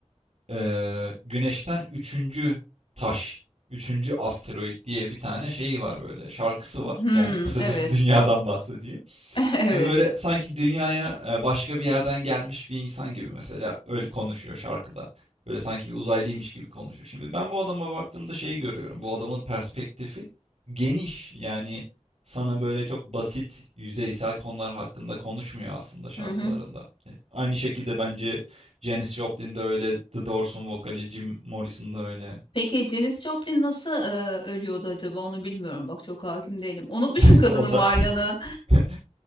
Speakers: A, on the right; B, on the left.
A: eee, Güneş'ten üçüncü taş, üçüncü asteroid diye bir tane şeyi var böyle şarkısı var.
B: Hmm,
A: Yani kısacası
B: evet.
A: <laughs> dünyadan bahsediyor.
B: <laughs> Evet.
A: Ve böyle sanki dünyaya e, başka bir yerden gelmiş bir insan gibi mesela öyle konuşuyor şarkıda. Böyle sanki bir uzaylıymış gibi konuşuyor. Şimdi ben bu adama baktığımda şeyi görüyorum. Bu adamın perspektifi geniş. Yani sana böyle çok basit, yüzeysel konular hakkında konuşmuyor aslında şarkılarında.
B: Hı hı.
A: E, Aynı şekilde bence Janis Joplin de öyle, The Doors'un vokali Jim Morrison da öyle.
B: Peki Janis Joplin nasıl e, ölüyordu acaba? Onu bilmiyorum. Bak çok hakim değilim. Unutmuşum
A: <laughs>
B: kadının
A: O da
B: varlığını.
A: <laughs>